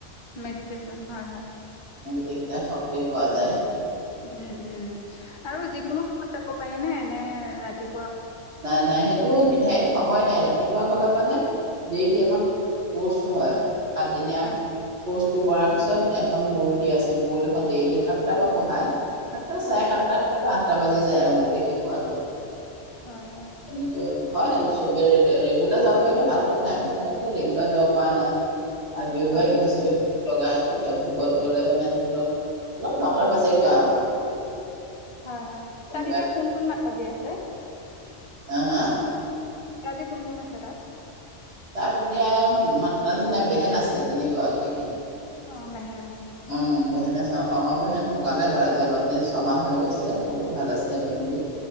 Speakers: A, on the left (about 25°); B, on the right (about 60°).
A: মেডিটেচন হয়, হয়।
B: গোটেইকিটা শক্তি পোৱা যায়।
A: উম, উম আৰু যিকোনো সম <unintelligible> পাৰিনে? নে ৰাতি
B: নাই, নাই সেইটো নিৰ্ধাৰিত সময় নাই, ৰাতি পুৱা গ'লে মানে ডেইলি আমাক কৰ্চ হয় সাতদিনীয়া
A: হয়
B: কৰ্চটো কৰাৰ পিছত এখন মুুৰলি আছে, মুৰলীখন ডেইলি সাতটাৰ পৰা পঢ়ায়। সাতটা চাৰে সাতটাত
A: হয় হয়
B: <unintelligible> আঠটা বাজি যায় মৰি শেষ হোৱালৈ
A: হয়, হয়।
B: তেনেকৈ হয়, চবে ৰে-ৰেগুলাৰ যাব পাৰিলে ভাল কথাাই, মইতো এতিয়া ৰেগুলাৰ যাব পৰা নাই। আৰু দেওবাৰে,
A: অ
B: বৃহস্প লগাই তেতিয়া ভোকত গ'লে মানে ধৰি লওঁক অলপ নটা বাজে গৈ আৰু।
A: হয়, হয়
B: কোনোবাই
A: তাত এতিয়া কোন, কোন মান বাজি আছে
B: আ, আ
A: আজি কোন, কোন আছে তাত?
B: তাত এতিয়া মাত্ৰা <unintelligible> বেহেন আছে তিনিগৰাকৰাকী।
A: অ', বেহে
B: অ', বেহেন ডাঙৰ বেহেন ঢুকালে বাৰু আজি অলপ দিন ছমাহ হৈ গৈছে, বহুত ভাল আছিলে বেহেনজি,